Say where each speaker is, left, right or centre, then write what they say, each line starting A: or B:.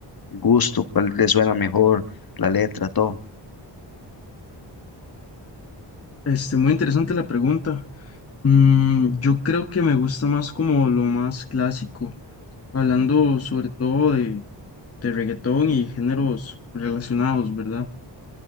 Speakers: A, on the left; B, on the left.
A: gusto? ¿Cuál le suena mejor? La letra, todo.
B: Este, muy interesante la pregunta. Mm, yo creo que me gusta más como lo más clásico, hablando sobre todo de, de reggaetón y géneros relacionados, ¿verdad?